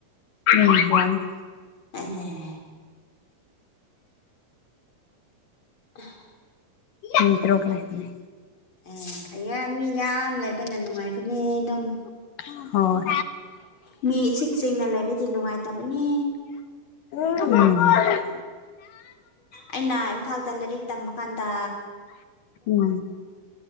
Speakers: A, on the left (about 70°); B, on the left (about 35°).
A: ꯎ ꯌꯥꯝꯃꯦ
B: <unintelligible> <unintelligible>
A: ꯃꯤꯇꯔꯨꯛ ꯂꯩꯕꯅꯦ
B: ꯑꯦ ꯑꯩꯌꯥ ꯃꯤ ꯌꯥꯝ ꯂꯩꯕꯅ ꯅꯨꯡꯉꯥꯏꯕꯅꯦ ꯑꯗꯨꯝ
A: <unintelligible> ꯍꯣꯏ
B: ꯃꯤ ꯏꯤꯆꯤꯛ ꯆꯦꯛꯅ ꯂꯩꯔꯗꯤ ꯅꯨꯡꯉꯥꯏꯇꯕꯅꯤ
A: ꯎꯝ
B: ꯑꯩꯅ ꯏꯝꯐꯥꯜꯗ ꯂꯥꯏꯔꯤꯛ ꯇꯝꯃꯀꯥꯟꯗ
A: ꯎꯝ